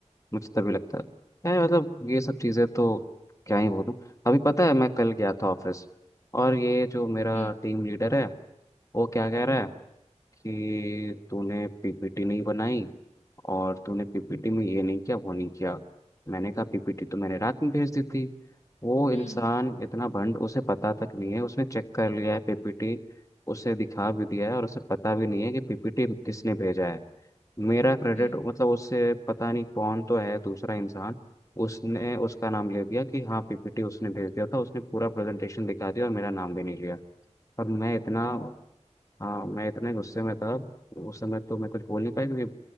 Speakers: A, on the left (about 25°); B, on the left (about 75°).
A: मुझे तभी लगता है है, मतलब ये सब चीज़ें तो क्या ही बोलूँ अभी पता है मैं कल गया था ऑफिस और ये जो मेरा
B: हम्म
A: टीम लीडर है वो क्या कह रहा है कि तूने पीपीटी नहीं बनाई और तूने पीपीटी में ये नहीं किया वो नहीं किया मैंने कहा पीपीटी तो मैंने रात में भेज दी थी वो इंसान
B: हम्म
A: इतना भंड उसे पता तक नहीं है उसने चेक कर लिया है पीपीटी उसे दिखा भी दिया है और उसे पता भी नहीं है कि पीपीटी किसने भेजा है मेरा क्रेडिट
B: हम्म
A: मतलब उससे पता नहीं कौन तो है दूसरा इंसान उसने उसका नाम ले दिया कि हाँ पीपीटी उसने भेज दिया था उसने पूरा प्रेजेंटेशन दिखा दिया और मेरा नाम भी नहीं लिया और मैं इतना
B: ओ
A: हाँ मैं इतने गुस्से में था उस समय तो मैं कुछ बोल नहीं पाया क्योंकि